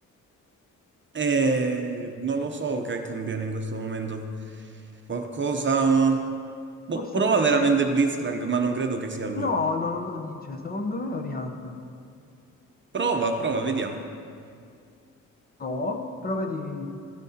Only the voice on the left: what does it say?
vediamo.
Forse...
que-
No, no, non lo dice, secondo me è Orianna.
No, però vedi...